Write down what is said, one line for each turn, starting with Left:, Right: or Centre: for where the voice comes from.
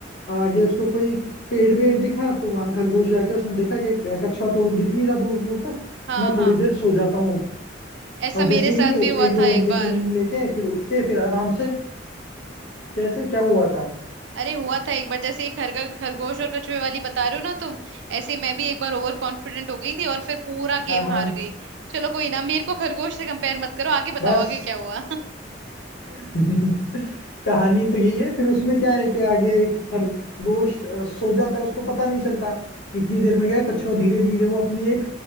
Left: आगे उसको कोई पेड़ वेड़ दिखा तो वहां खरगोश जाके उसने देखा कि कछुआ तो दिख नहीं रहा दूर दूर तक
Right: हाँ
Left: मैं
Right: हाँ
Left: थोड़ी देर सो जाता हूँ
Right: ऐसा
Left: और
Right: मेरे
Left: जैसे
Right: साथ
Left: ही
Right: भी हुआ
Left: एक दो
Right: था एक
Left: घंटे
Right: बार
Left: की नींद लेके फिर उठ के फिर आराम से कैसे क्या हुआ था
Right: अरे हुआ था एक बार जैसे एक खरगा खरगोश और कछुए वाली बता रहे हो ना तुम ऐसे मैं भी एक बार ओवर कॉन्फिडेंट हो गई थी और फिर पूरा
Left: हाँ
Right: गेम
Left: हाँ
Right: हार गई चलो कोई ना मेरे को खरगोश से कंपेयर मत करो आगे बताओ
Left: बस
Right: आगे क्या हुआ
Left: <laughs> कहानी तो यही है फिर उसमें क्या है कि आगे एक खरगोश अ, सो जाता है उसको पता नहीं चलता इतनी देर में क्या है, कछुआ धीरे धीरे वो अपनी एक